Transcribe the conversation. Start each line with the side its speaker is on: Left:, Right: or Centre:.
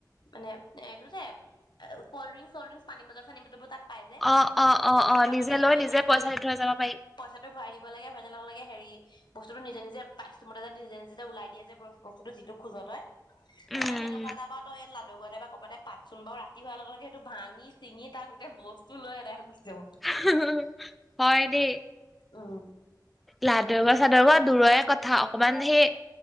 Left: মানে এইটো যে কল্ড ড্ৰিং চলড্ৰিংক পানী বটল চানী বটলবোৰ তাত। পাই যে
Centre: অ অ অ
Left: পইচাটো
Centre: অ
Left: আগতীয়াকে
Centre: নিজে লৈ
Left: পেমেন্ট
Centre: নিজে পইচা
Left: কৰি
Centre: দি থৈ যাব পাৰি
Left: পইচাটো ভৰাই দিব লাগে ভৰাই লগ লাগে। হেৰি বস্তুটো নিজে নিজে পাইমতে য নিজে নিজে যে ওলাই দিয়ে যে বস্তুতটো যিটো খোজ হয়।
Centre: উম
Left: আমাৰ সেনেকুৱা এটা বা তইয় লাভ। লগতে বা ক'বাততে পাত চচোন ব বা ৰাতি হুৱোৱাৰ লগে সেইটো ভাঙিঙি তাৰ গোট বস্তু। তো লৈ এৰাাই গুচ যাব।
Centre: হু হয়, দেই
Left: অ'হ।
Centre: লাডৰা চাদৰ দূৰৰে কথা। অকমান সেই